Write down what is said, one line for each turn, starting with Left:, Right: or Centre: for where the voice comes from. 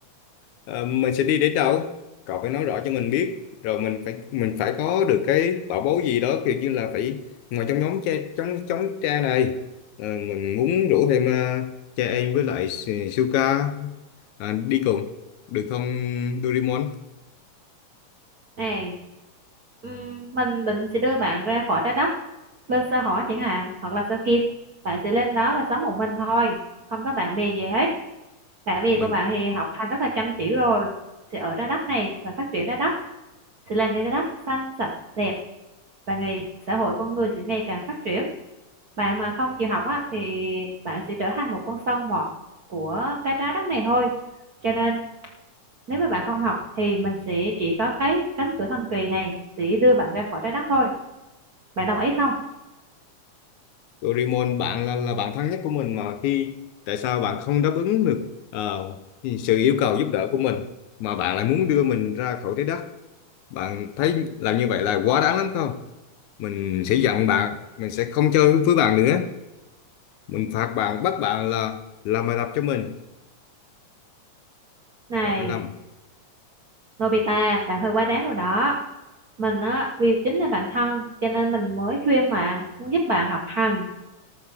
Left: ờ, mình sẽ đi đến đâu cậu phải nói rõ cho mình biết rồi mình phải mình phải có được cái bảo bối gì đó kiểu như là phải ngồi trong nhóm cha trong trong cha này ờ, mình muốn rủ thêm ờ, cha em với lại Su- Suka à, đi cùng được không Doraemon
Right: này ừm, mình định sẽ đưa bạn ra khỏi trái đất lên sao hỏa chẳng hạn hoặc là sao kim bạn sẽ lên đó và sống một mình thôi không có bạn bè gì hết bạn bè
Left: mình
Right: của bạn thì học hành rất là chăm chỉ rồi sẽ ở trái đất này và phát triển trái đất sẽ làm cho trái đất xanh sạch đẹp và ngày xã hội con người sẽ ngày càng phát triển bạn mà không chịu học á, thì bạn sẽ trở thành một con sâu mọt của cái trái đất này thôi cho nên nếu mà bạn không học thì mình sẽ chỉ có cái cánh cửa thần kỳ này sẽ đưa bạn ra khỏi trái đất thôi. Bạn đồng ý không?
Left: Doraemon bạn là là bạn thân nhất của mình mà khi tại sao bạn không đáp ứng được ờ, sự yêu cầu giúp đỡ của mình mà bạn lại muốn đưa mình ra khỏi thế đất Bạn thấy làm như vậy là quá đáng lắm không? Mình sẽ giận bạn, mình sẽ không chơi với bạn nữa. Mình phạt bạn, bắt bạn là làm bài tập cho mình.
Right: Này,
Left: Bạn phải làm.
Right: Nobita, bạn hơi quá đáng rồi đó. Mình á, vì chính là bạn thân cho nên mình mới khuyên bạn, muốn giúp bạn học hành.